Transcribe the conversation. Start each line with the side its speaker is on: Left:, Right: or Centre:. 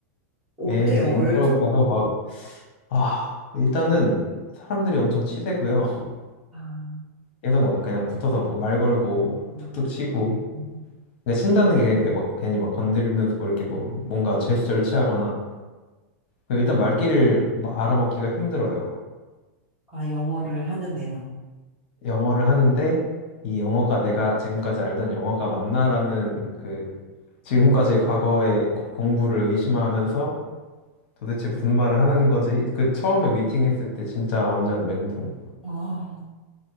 Centre: 어때요?
Left: 예, 인도
Centre: 얼좀?
Left: 가서 아, 일단은 사람들이 엄청 치대고요. <laughs>
Centre: 아,
Left: 계속 막 그냥 붙어서 막 말 걸고
Centre: 음,
Left: 툭툭 치고.
Centre: 음.
Left: 그러니까 친다는 게막 괜히 막 건드리면서 뭐 이렇게 뭐 뭔가 제스처를 취하거나. 그 일단 말귀를 막 알아먹기가 힘들어요.
Centre: 아, 영어를 하는데요.
Left: 영어를 하는데 이 영어가 내가 지금까지 알던 영어가 맞나라는 그 지금까지의 과거의 고- 공부를 의심하면서 도대체 무슨 말을 하는 거지? 그 처음에 미팅했을 때 진짜 완전 멘붕이었어요.
Centre: 아,